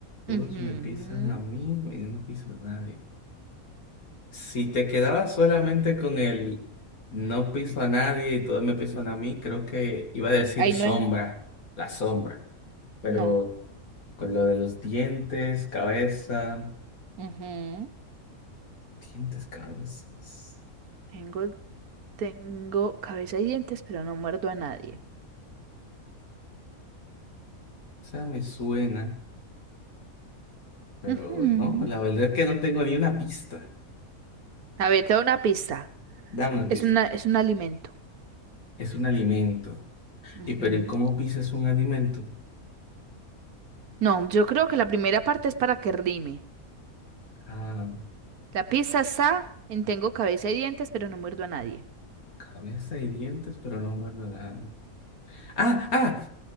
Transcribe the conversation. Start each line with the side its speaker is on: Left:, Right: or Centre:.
Left: Todos
Right: Ujú.
Left: me pisan a mí y yo no piso a nadie. Si te quedabas solamente con el no piso a nadie y todos me pisan a mí, creo que iba a decir
Right: Ahí
Left: sombra,
Right: no es.
Left: la sombra. Pero
Right: No.
Left: con lo de los dientes, cabeza,
Right: Ujú.
Left: dientes, cabezas.
Right: Tengo, tengo cabeza y dientes, pero no muerdo a nadie.
Left: Esa me suena, pero
Right: Ujú.
Left: no, la verdad es que no tengo ni una pista.
Right: A ver, te doy una pista.
Left: Dame una pista.
Right: Es una, es un alimento.
Left: Es un alimento.
Right: Ujú.
Left: ¿Y pero ¿y cómo pisas un alimento?
Right: No, yo creo que la primera parte es para que rime.
Left: Ah,
Right: La pizza está en tengo cabeza y dientes, pero no muerdo a nadie.
Left: cabeza y dientes, pero no muerde a nadie. Ah, ah,